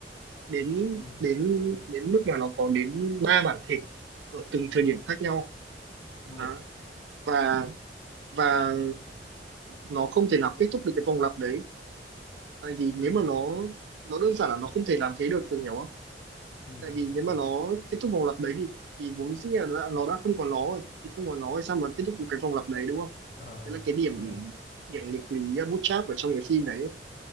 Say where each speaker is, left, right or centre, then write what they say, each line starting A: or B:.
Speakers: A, on the right; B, on the left.
A: đến
B: ừ
A: đến đến mức mà nó có đến ba bản thể ở từng thời điểm khác nhau
B: ừ
A: Đó. và và nó không thể nào kết thúc được cái vòng lặp đấy tại vì
B: ừ
A: nếu mà nó nó đơn giản là nó không thể làm thế được tôi hiểu không
B: ừ
A: tại vì
B: từng
A: nếu
B: hiểu
A: mà nó kết thúc vòng lặp đấy thì thì vốn dĩ là nó đã không còn nó rồi thì không còn nó thì sao mà kết thúc được cái vòng lặp đấy đúng không
B: ờ
A: đấy là cái điểm
B: từng hiểu
A: điểm nghịch lý bootstrap ở trong cái phim đấy